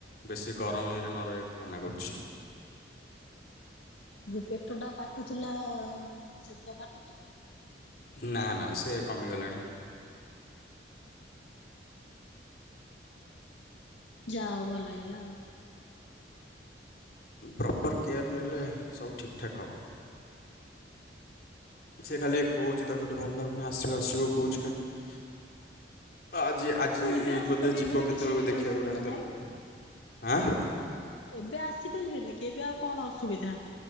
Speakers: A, on the left; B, on the left.
A: ବେଶୀ ଗରମ ଇଏରେ ନ ରହିବାକୁ ମନା କରଚି।
B: ଯୋଉ ପେଟ ଟା କାଟୁଥିଲା ସେମିତି କାଟୁ
A: ନା ନା ସେ କମିଗଲାଣି।
B: ଯାଅ ଭଲ ହେଇଗଲା ଆଉ।
A: ପ୍ରପର୍ କେୟାର୍ ନେଲେ ସବୁ ଠିକ୍ ଠାକ୍ ହେବ। ସେ ଖାଲି କହୁଛି ତାକୁ ଏଠି ଭଲ ଲାଗୁନି, ଆସିବ ଆସିବ କହୁଛି ଖାଲି। ଆଜି ଆଜି
B: ହଁ ଏବେ ଆସିପାରିବେ
A: ବୋଧେ ଯିବ
B: ଏବେ ତ
A: କେତେବେଳକୁ
B: କିଛି
A: ଦେଖିବାକୁ
B: ଅସୁବିଧା
A: ଡାକ୍ତର,
B: ନାହିଁ।
A: ଆଁ
B: ଏବେ ଆସିପାରିବେନି କି ଏବେ ଆଉ କଣ ଅସୁବିଧା?